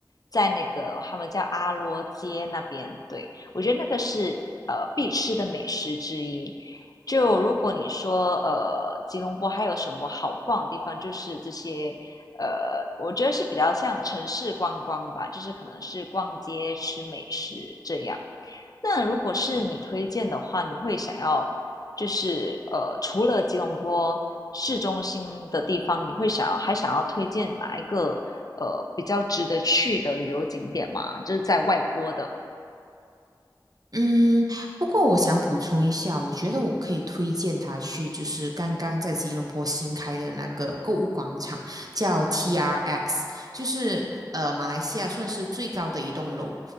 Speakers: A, on the left; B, on the right.
A: 在那个他们叫阿罗街那边，对，我觉得那个是呃必吃的美食之一。就如果你说呃吉隆坡还有什么好逛的地方，就是这些呃，我觉得是比较像城市观光吧，就是可能是逛街吃美食这样。那如果是你推荐的话，你会想要就是呃，除了吉隆坡市中心的地方，你会想要还想要推荐哪一个呃比较值得去的旅游景点吗？就是在外坡的。
B: 嗯，不过我想补充一下，我觉得我可以推荐他去，就是刚刚在吉隆坡新开的那个购物广场，叫 TRX，就是呃马来西亚算是最高的一栋楼，